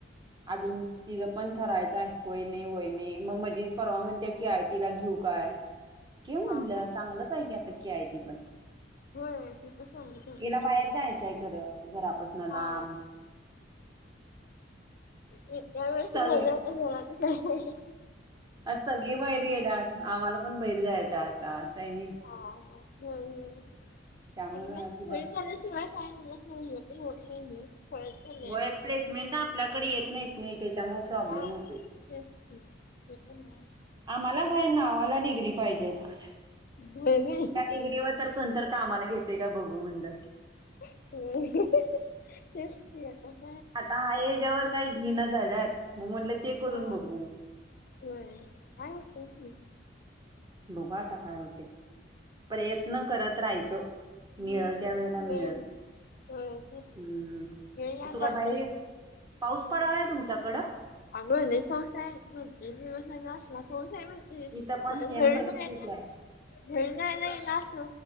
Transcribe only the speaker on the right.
अजून तिच पण ठरायच आहे. होय नाही होय नाही. मग मधीच परवा म्हणते की आयटीला घेऊ काय? घे म्हणल
चांगलच आहे की आता की आयटी पण.
तिला बाहेर जायचय आहे खर घरापासून. लांब
सगळे
आज सगळी बाहेर गेले आज. आम्हाला पण बैरी जायच आता असय नाही,
त्यामुळ
कि बा
होय
प्लेसमेंट आपल्याकडे येत नाहीत नाही त्याच्यामुळ प्रॉब्लेम
होतोय.
आम्हाला काय नावाला डिग्री पाहिजे आहे फक्त.
त्या डिग्रीवर तर कोण तरी कामाला घेते का बघू म्हणल.
आता आहे याच्यावर काही घेण झाल्यात. मग म्हटल ते करून
बघू.
बघू आता काय होते. प्रयत्न करत राहायच.
मिळल त्या वेळेला
मिळल.
हम्म
तु
का बाहेर ये, पाऊस पडलाय तुमच्याकड?
इथं पण
सेम
परिस्थिती
आहे.